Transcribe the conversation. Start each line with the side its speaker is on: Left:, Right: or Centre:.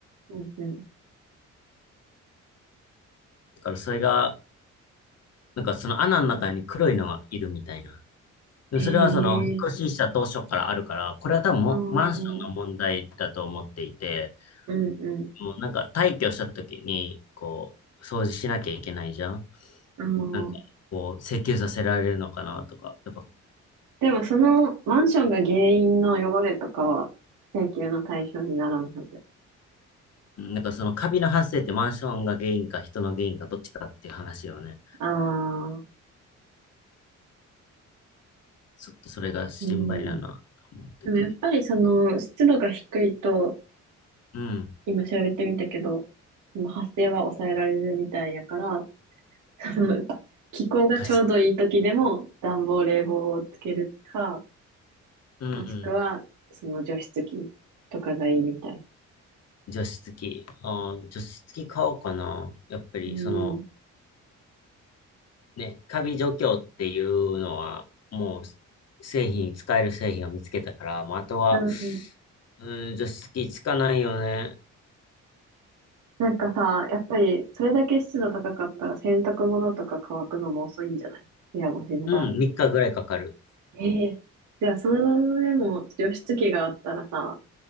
Right: うん、うん。
Left: だからそれが、なんかその穴の中に黒いのがいるみたいな。でもそれはその、
Right: へ
Left: 引っ越しした当初からあるから、
Right: え、
Left: これは多分もマンションの問題だと思っていて、
Right: ああ、うん、う
Left: もうなんか退去した時に、こう、掃除しなきゃいけないじゃん。
Right: ん、ああ。
Left: なんか、こう、請求させられるのかなとか、やっぱ、
Right: でもそのマンションが原因の汚れとかは請求の対象にならんはず。
Left: なんかそのカビの発生ってマンションが原因か人の原因かどっちかっていう話よね。
Right: ああ、
Left: ちょっとそれが心配だなと思ってて。
Right: うん。でもやっぱりその湿度が低いと、
Left: うん。
Right: 今調べてみたけど、その発生は抑えられるみたいやから、<laughs> その気候がちょうどいい時でも暖房冷房をつけるか、
Left: 加湿、うんうん。
Right: もしくはその除湿機とかがいいみたい。
Left: 除湿機。あー、除湿機買おうかな。やっぱり、
Right: うん。
Left: その、ね、カビ除去っていうのは、もう、製品、使える製品を見つけたから、もうあとは、
Right: うん。
Left: うん、除湿機つかないよね。
Right: なんかさ、やっぱりそれだけ湿度高かったら洗濯物とか乾くのも遅いんじゃない部屋干しの場合。
Left: うん、3日ぐらいかかる。
Right: ええじゃあそれでも除湿機があったらさ、